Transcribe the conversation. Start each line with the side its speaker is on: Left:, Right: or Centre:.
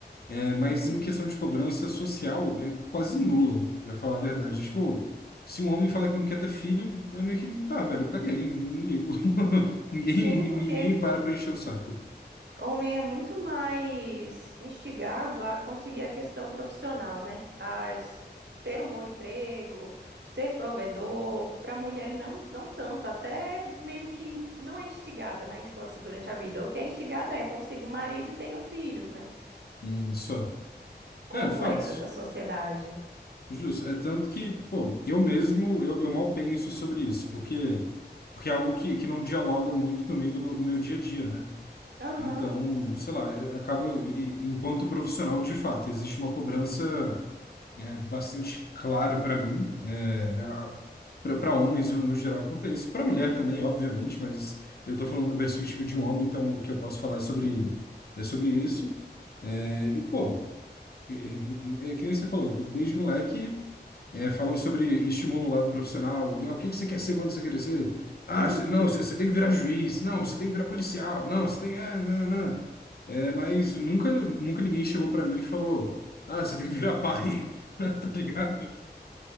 Left: É, mas
Right: Uhum.
Left: em questão de cobrança social, é quase nula, pra falar a verdade. Tipo, se um homem fala que não quer ter filho, é meio que, tá, velho, caguei, não ligo. <laughs> Ninguém,
Right: Sim,
Left: ninguém
Right: porque
Left: ninguém para pra encher o saco.
Right: Homem é muito mais instigado a conseguir a questão profissional, né? A s- ter um bom emprego, ser provedor. Para a mulher, não, não tanto. Até meio que não é instigada na infância e durante a vida. O que é instigada é consiga o marido e tenha filhos, né?
Left: Hum, Só.
Right: Complexo
Left: É, fatos.
Right: essa sociedade.
Left: Justo, é tanto que, pô, eu mesmo, eu, eu mal penso sobre isso, porque, porque é algo que, que não dialoga muito comigo no, no meu dia a dia, né?
Right: Aham.
Left: Então, sei lá, eu acabo, e- enquanto profissional, de fato, existe uma cobrança é, bastante clara para mim, é, para homens no geral quanto a isso, para mulher também, obviamente, mas eu estou falando da perspectiva de um homem, então o que eu posso falar é sobre, é sobre isso. É, e, pô, é, é, é que nem você falou, desde moleque. É, falam sobre estímulo no lado profissional. Ah, o que que você quer ser quando você crescer? Ah,
Right: Uhum.
Left: cê- não, você tem que virar juiz. Não, você tem que virar policial. Não, você tem. É, não, não. É, mas nunca, nunca ninguém chegou pra mim e falou: Ah, você tem que virar pai. <laughs> Tá ligado?